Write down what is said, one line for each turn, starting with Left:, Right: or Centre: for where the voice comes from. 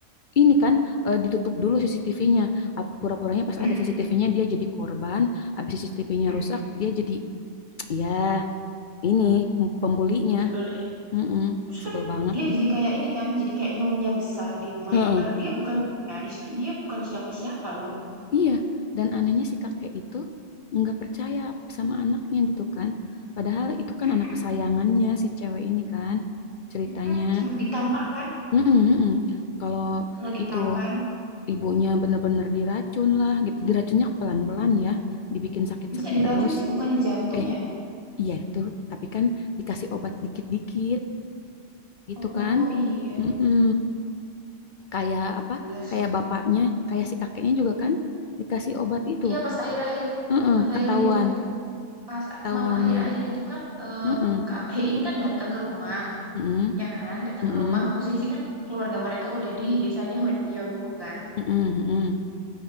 Left: ini kan eh, ditutup dulu CCTV-nya. Ap- Pura-puranya pas
Right: Mm-mm,
Left: ada CCTV-nya dia jadi korban. Habis CCTV-nya
Right: mm-mm.
Left: rusak, dia jadi, <tsk> ya ini pem- pembulinya.
Right: Sebel deh.
Left: Mm-mm,
Right: Terus
Left: sebel
Right: kan
Left: banget.
Right: dia jadi kayak ini kan, jadi kayak nyonya besar di rumah
Left: Heeh,
Right: itu. Padahal dia bukan nyonya, di situ dia bukan siapa-siapa loh.
Left: iya, dan anehnya si kakek itu nggak percaya sama anaknya gitu kan. Padahal itu kan
Right: Mm-mm,
Left: anak kesayangannya si cewek ini kan ceritanya.
Right: mm-mm. Sempet ditampar kan,
Left: Mm-mm, mm-mm. Kalau
Right: pernah ditampar.
Left: itu ibunya benar-benar diracun lah gitu. Diracunnya pelan-pelan ya, dibikin sakit-sakit
Right: Terus ada
Left: terus.
Right: racun sih bukannya jantung
Left: Eh,
Right: ya?
Left: iya itu, tapi kan dikasih obat dikit-dikit gitu
Right: Oh
Left: kan.
Right: iya,
Left: Mm-mm. Kayak
Right: 12
Left: apa? Kayak
Right: lirung.
Left: bapaknya, kayak si kakeknya juga kan dikasih obat itu.
Right: Iya pas akhir-akhir,
Left: Mm-mm,
Right: pas
Left: ketahuan,
Right: akhir-akhir cuma pas
Left: ketahuannya.
Right: mau akhir-akhir itu kan eh,
Left: Mm-mm,
Right: Kak Hein kan datang ke rumah.
Left: mm-mm,
Right: ya kan datang
Left: mm-mm,
Right: ke rumah posisi kan keluarga mereka udah di desanya Gyeonggu kan
Left: mm-mm, mm-mm.